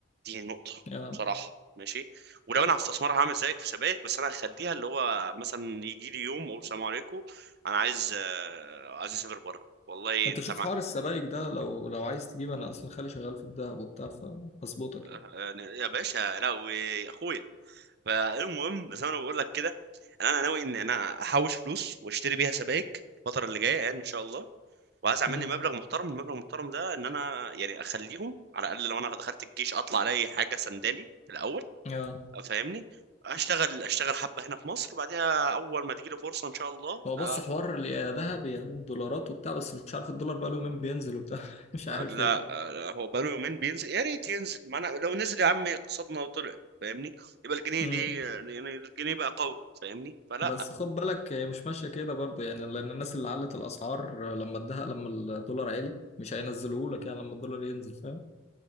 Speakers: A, on the right; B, on the left.
A: دي نقطة
B: اه
A: بصراحة ماشي ولو انا هستثمرها هعمل زيك في سبائك بس انا هخليها اللي هو مثلا يجي لي يوم اقول سلام عليكم انا عايز آه، عايز اسافر بره والله
B: انت
A: انت
B: شوف
A: مع
B: حوار السبائك ده لو لو عايز تجيب انا اصلا خالي شغال في الذهب وبتاع فهظبطك
A: آه،
B: يعني
A: يا باشا لهوي اخويا فالمهم زي ما انا بقول لك كده انا أنا ناوي ان انا احوش فلوس واشتري بيها سبائك الفترة اللي جاية يعني ان شاء الله وعايز اعمل
B: امم
A: لي مبلغ محترم المبلغ المحترم ده ان انا يعني اخليهم على الاقل لو انا دخلت الجيش اطلع الاقي حاجة سنداني في الاول
B: اه
A: فاهمني اشتغل اشتغل حبه هنا في مصر بعدها اول ما تجيلي فرصه ان شاء الله
B: هو بص
A: آه
B: حوار ال- يا ذهب يا دولارات وبتاع بس مش عارف الدولار بقاله يومين بينزل وبتاع <laughs> مش عارف
A: لا
B: ايه
A: آه هو بقاله يومين بينزل يا ريت ينزل ما انا لو نزل يا عم اقتصادنا وطلع فاهمني يبقى الجنيه
B: ده
A: دي يعني الجنيه بقى قوي فاهمني فلا
B: بس خد بالك هي مش ماشية كده برضو يعني لأن الناس اللي علت الأسعار لما ادها لما الدولار عالي مش هينزله لك يعني لما الدولار ينزل فاهم